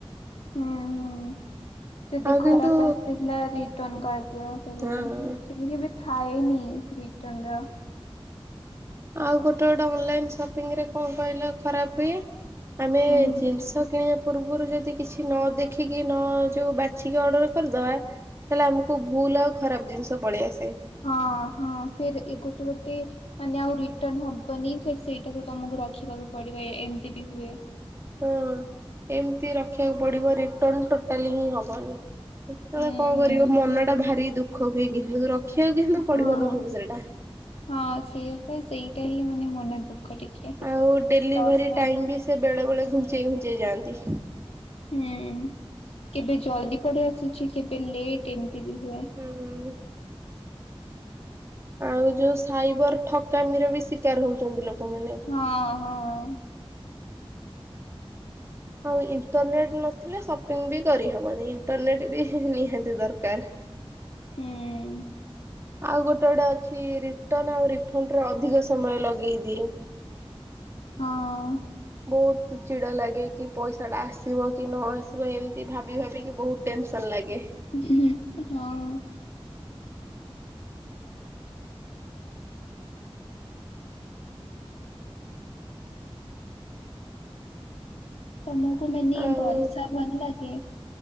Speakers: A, on the left; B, on the right.
A: ହୁଁ ହୁଁ। ଯଦି
B: ଆଉ
A: ଖରାପ
B: କିନ୍ତୁ
A: ଆସିଥିଲା ରିଟର୍ଣ କରିଦିଅ ଫେ କେବେ
B: ହଁ।
A: କେବେ ଥାଏନି ରିଟର୍ନ ର
B: ଆଉ ଗୋଟେ ଗୋଟେ ଅନଲାଇନ ସପିଂ ରେ କଣ କହିଲ ଖରାପ ବି ଆମେ
A: ହୁଁ।
B: ଜିନିଷ
A: ହୁଁ।
B: କିଣିବା ପୂର୍ବରୁ ଯଦି କିଛି ନ ଦେଖିକି ନ ଯୋଉ ବାଛିକି ଅର୍ଡର କରିଦବା ତାହେଲେ ଆମକୁ ଭୁଲ ଆଉ ଖରାପ ଜିନିଷ ପଳେଇ ଆସେ।
A: ହଁ ହଁ ଫେର୍ ଏଇ ଗୋଟେ ଗୋ ମାନେ ଆଉ ରିଟର୍ଣ ହବନି ଫିର୍ ସେଇଟାକୁ ତମକୁ ରଖିବାକୁ ପଡ଼ିବ ଏମିତି ବି ହୁଏ।
B: ହଁ ଏମିତି ରଖିବାକୁ ପଡ଼ିବ ରିଟର୍ଣ ଟୋଟାଲି ହିଁ ହବନି। ସେତେବେଳେ
A: ହୁଁ
B: କଣ କରିବ
A: ହୁଁ
B: ମନ ଟା ଭାରି ଦୁଃଖ ହୁଏ କିନ୍ତୁ ରଖିବାକୁ କିନ୍ତୁ
A: ହଁ।
B: ପଡ଼ିବ ତମକୁ ସେଇଟା।
A: ହଁ ସେଇଆ ପା ସେଇଟା ହିଁ ମାନେ ମନ ଦୁଃଖ ଟିକେ
B: ଆଉ ଡେଲିଭରି
A: ଲସ୍ ପାଇଁ
B: ଟାଇମ୍ ବି ସେ ବେଳେବେେଳେ ଘୁଞ୍ଚେଇ ଘୁଞ୍ଚେଇ ଯାଆନ୍ତି।
A: ହୁଁ କେବେ ଜଲଦି ପରେଇ ଆସୁଛି କେବେ ଲେଟ୍ ଏମିତି ବି ହୁଏ।
B: ହୁଁ ଆଉ ଯୋଉ ସାଇବର ଠକାମିର ବି ଶିକାର ହଉଛନ୍ତି ଲୋକମାନେ।
A: ହଁ ହଁ।
B: ଆଉ ଇଣ୍ଟରନେଟ ନଥିଲେ ସପିଙ୍ଗ ବି କରିହବନି, ଇଣ୍ଟରନେଟ୍ ବି ନିହାତି ଦରକାର। <inaudible>
A: ହୁଁ ଉଁ
B: ଆଉ ଗୋଟେ ଗୋଟେ ଅଛି, ରିଟର୍ଣ ଆଉ ରିଫଣ୍ଡରେ ଅଧିକ ସମୟ ଲଗେଇଦିଏ।
A: ହଁ ଅଁ
B: ବହୁତ ଚିଡା ଲାଗେ କି ପଇସା ଟା ଆସିବ କି ନ ଆସିବ ଏମିତି ଭାବି ଭାବିକି ବହୁତ। ଟେନସନ୍ ଲାଗେ।
A: ହୁଁ ହୁଁ ହୁଁ ହଁ। ତମକୁ ମାନେ
B: ଆଉ
A: ବର୍ଷା ଭଲ ଲାଗେ?